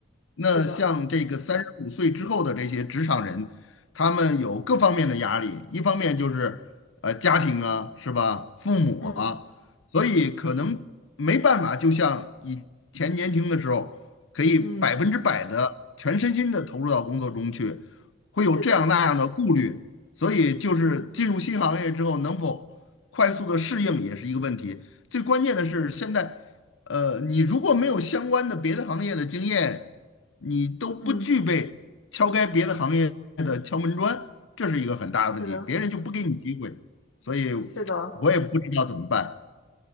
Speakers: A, on the left; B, on the left.
A: 那像这个三十五岁之后的这些职场人，
B: 是的，
A: 他们有各方面的压力，一方面就是呃家庭啊，是吧？父母啊，
B: 嗯
A: 所以可能没办法，就像以前年轻的时候，可以百分之百的全身心的投入到工作中去。
B: 嗯
A: 会有这样那样的顾虑，
B: 是的，
A: 所以就是进入新行业之后能否快速的适应也是一个问题。
B: 嗯
A: 最关键的是现在，呃，你如果没有相关的别的行业的经验，你都不具备敲开别的行业的敲门砖，
B: 嗯
A: 这是一个很大的问题，
B: 是的，
A: 别人就不给你机会，所以
B: 是的。
A: 我也不知道怎么办。